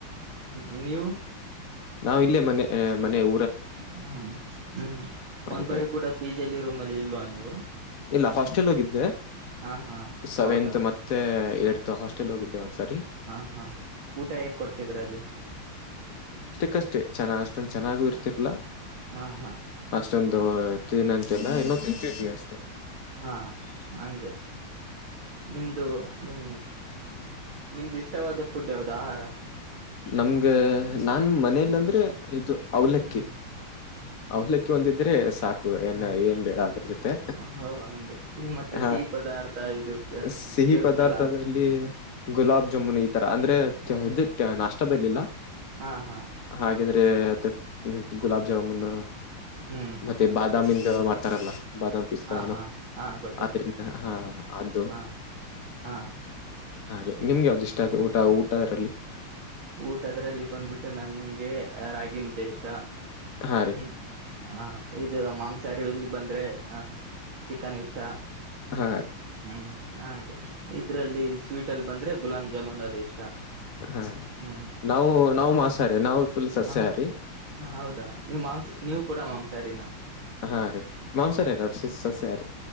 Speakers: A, on the right; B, on the left.
A: ಹ್ಮ್ ನೀವು
B: ನಾವ ಇಲ್ಲೇ ಮನೆ ಮನೆಊ
A: ಹ್ಮ್ ಹ್ಮ್
B: ಮನೆ
A: ಒಂದ್ ಬಾರಿ ಕೂಡ ಪಿಜಿಲಿ ರೂಮ್ ಅಲ್ಲಿ ಇಲ್ವಾ ನೀವು
B: ಇಲ್ಲ ಹಾಸ್ಟೆಲ್ ಹೋಗಿದ್ದೆ
A: ಹಾ ಹಾ
B: ಸೆವೆಂತ್
A: ಹೌದಾ
B: ಮತ್ತೆ ಏಡ್ತ್ ಹಾಸ್ಟೆಲ್ ಹೋಗಿದ್ದೆ ಒಂದ್ಸರಿ
A: ಹಾ ಹಾ ಊಟ ಹೇಗ್ ಕೊಡ್ತಿದ್ರ ಅಲ್ಲಿ
B: ಕಷ್ಟೆ ಚೆನ್ನಾಗಿ ಅಷ್ಟೊಂದ ಚೆನ್ನಾಗು ಇರ್ತಿರ್ಲಾ
A: ಹಾ ಹಾ
B: ಅಷ್ಟೊಂದುಏನಂತಲ್ಲ ಏನ್ನೊ ತಿಂತಿದವಿ ಅಷ್ಟೇ
A: ಹಾ ಹಂಗೆ ನಿಮ್ದು ಹ್ಮ ನಿಮ್ದು ಇಷ್ಟವಾದ ಫುಡ್ ಯಾವ್ದ ಆಹಾರ
B: ನಮ್ಗೆ ನಾನು ಮನೇಲಿ ಅಂದ್ರೆ ಇದು ಅವಲಕ್ಕಿ
A: ಹ್ಮ್
B: ಅವಲಕ್ಕಿ ಒಂದಿದ್ದು ಇದ್ರೆ ಸಾಕು ಏನ್
A: ಹ್ಮ
B: ಏನ್ ಬೇಡ ಅದ್ರ ಜೊತೆ
A: ಹ ಹಂಗೆ ಮತ್ತೆ
B: ಹ
A: ಸಿಹಿ ಪದಾರ್ಥ ಇದು ಪ-
B: ಸಿಹಿ
A: ಇರುತ್ತಲ್ಲ
B: ಪದಾರ್ಥದಲ್ಲಿ ಗುಲಾಬ್ ಜಾಮೂನ್ ಈ ತರ ಅಂದ್ರೆ ಇದು ನಾಷ್ಟದಲ್ಲಿಲ್ಲ
A: ಹಾ ಹಾ
B: ಹಾಗೆ ಯಾಂದ್ರೆ ಮತ್ತು ಗುಲಬ ಜಾಮುನ್
A: ಹ್ಮ್
B: ಮತ್ತೆ ಬ ಾಮಿಂದ ಮಾಡ್ತಾರಲ್ಲ ಬಾದಾಮ ಪಿಸ್ತಾ
A: ಹಾ
B: ಏನೋ
A: ಹಾ ಹಾ ಗೊತ್ತಾಯ್ತು
B: ಆದ್ರಿಂದ ಹಾ ಅದು
A: ಹಾ ಹಾ
B: ಹಾಗೆ ನಿಮ್ಗೆ ಯಾವ್ದು ಇಷ್ಟ
A: ಹ್ಮ
B: ಆಯ್ತು ಊಟ ಊಟದಲ್ಲಿ
A: ಊಟ ಅದ್ರಲ್ಲಿ ಬಂದ್ಬಿಟ್ಟು ನಮ್ಗೆ ರಾಗಿ ಮು್ದೆ ದಷ್ಟ
B: ಹಾ ರೀ
A: ಹ್ಮ್ ಹ ಇದು ಮಾಂಸಾಹಾರಿ ಎಲ್ಲಿ ಬಂದ್ರೆ ಹ ಚಿಕನ್ ಇಷ್ಟ
B: ಹಾ ರೀ
A: ಹ್ಮ್ ಹಾಗೆ ಇದ್ರಲ್ಲಿ ಸ್ವೀಟ್ ಅಲ್ಲಿ ಬಂದ್ರೆ ಗುಲಾಂ ಜಾಮೂನ್ ಅದ ಇಷ್ಟ
B: ಹಾ
A: ಹ್ಮ್
B: ನಾವು ನಾವು ಮಾಂಸಾರಿ ನಾವು ಫುಲ್ ಸಸ್ಯಾಹಾರಿ
A: ಹ ಹಾ ಹೌದಾ ನೀವ್ ಮಾಂಸ ನೀವು ಕೂಡ ಮಾಂಸಾಹಾರಿನ
B: ಹ ರೀ ಮಾಂಸಾರಿದ
A: ಹ್ಮ್
B: ಸಸ್ಯಾಹಾರಿ